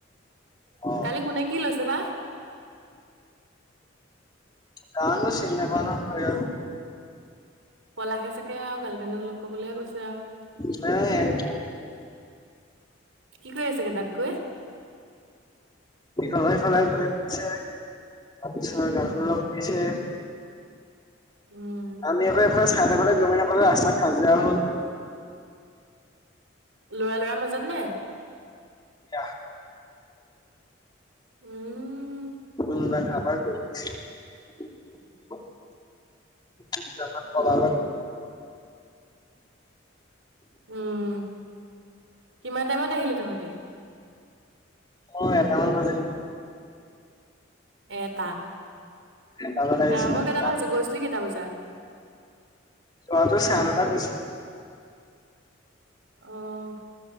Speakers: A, on the left; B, on the right.
A: অ
B: ।কালি কোনে কি কি লৈছে বাহ
A: জানো চিনি নাপাও‌ নহয় ভাল
B: পলাশে চাগে আৰু গাৰ্লফ্ৰেণ্ডক লগ কৰিবলৈহে কৈছে আৰু
A: হঅ একদম।
B: কি কৰি আছাগে তাত গৈ?
A: ইফালে সিফালে ঘূৰি ফুৰিছে, তাৰপিছত গাৰ্লফ্ৰেণ্ডক লগ কৰিছে।
B: উম,
A: আমি আকৌ চাই থাকোটে গমে নাপালো ৰাস্তাত কাজিৰা হ'ল।
B: ল'ৰা ল'ৰা মাজত নে?
A: ইয়াহ
B: উম
A: উম দেখা <unintelligible> একজামত পলালে
B: উম কিমান টাইমত আহিলি তহঁতি?
A: অহ এটামান বাজিলে
B: এটা
A: এটা বজাত আহিছিলোঁ,
B: অহ মই কেইটা
A: তাত
B: ব পৰা আ হৈছে গৈছিলো কেইটা বজাত
A: যোৱাটো চাৰে নটা কৈছিল
B: অহ